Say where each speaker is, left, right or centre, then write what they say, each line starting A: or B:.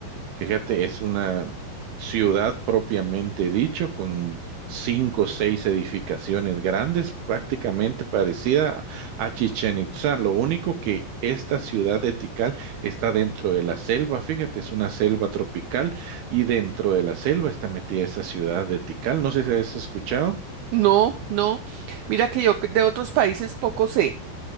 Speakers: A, on the right; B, on the right.
A: Fíjate, es una ciudad propiamente dicho, con cinco o seis edificaciones grandes, prácticamente parecida a Chichen Itzá. Lo único que esta ciudad de Tikal está dentro de la selva, fíjate, es una selva tropical y dentro de la selva está metida esa ciudad de Tikal. No sé si has escuchado.
B: No, no. Mira que yo de otros países poco sé.